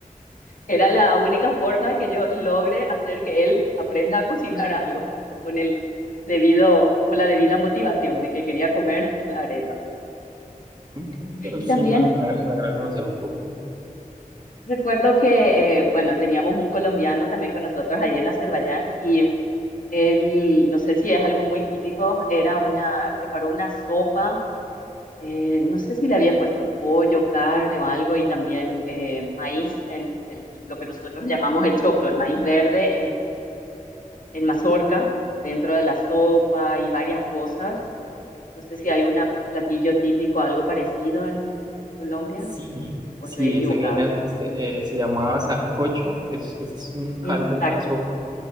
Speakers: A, on the left; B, on the right.
A: Era la única forma de que yo logre hacer que él aprenda a cocinar algo <laughs> con el debido, con la debida motivación de que quería comer <laughs> la arepa.
B: Ok, pero
A: Y
B: sí,
A: también
B: me, me agra- me agrada como ese enfoque.
A: Recuerdo que, eh, bueno, teníamos un colombiano también con nosotros allí en Azerbaiyán y él, no sé si es algo muy típico, era una, preparó una sopa, eh, no sé si le había puesto pollo, carne o algo y también eh, maíz en el- lo que nosotros llamamos el choclo, el maíz verde en, en mazorca, dentro de la sopa y varias cosas. No sé si hay una, un platillo típico, algo parecido en Colombia
B: Sí,
A: o
B: sí,
A: estoy equivocada.
B: ese viene, al- se, eh, se llama sancocho, es, es un caldo,
A: Exacto,
B: una sopa,